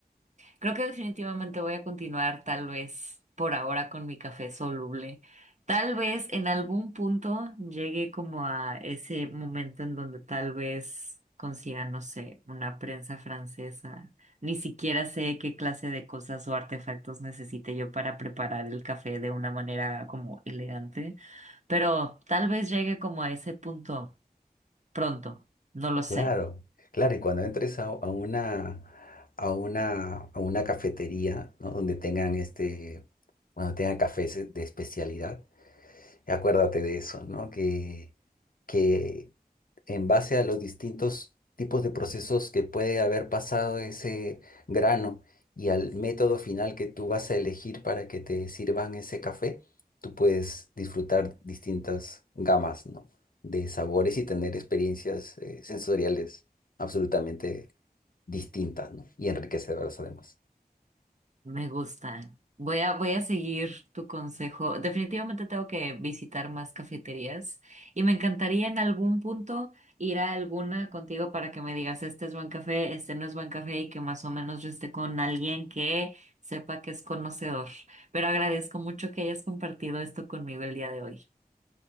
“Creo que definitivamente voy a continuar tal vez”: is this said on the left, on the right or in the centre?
Right